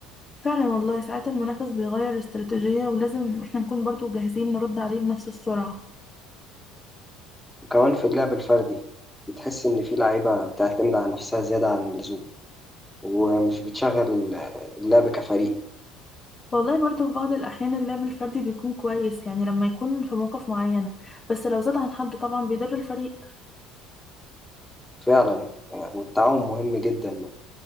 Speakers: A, on the left; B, in the centre.
A: فعلا والله ساعات المنافس بيغير استراتيجية ولازم إحنا نكون برضو جاهزين نرد عليه بنفس السرعة
B: وكمان في اللعب الفردي بتحس إن في لعيبة بتعتمد على نفسها زيادة عن اللزوم ومش بتشغل اللعب كفريق
A: والله برضو في بعض الأحيان اللعب الفردي بيكون كويس يعني لما يكون في مواقف معينة بس لو زاد عن حده طبعا بيضر الفريق
B: فعلا آه، والتعاون مهم جدا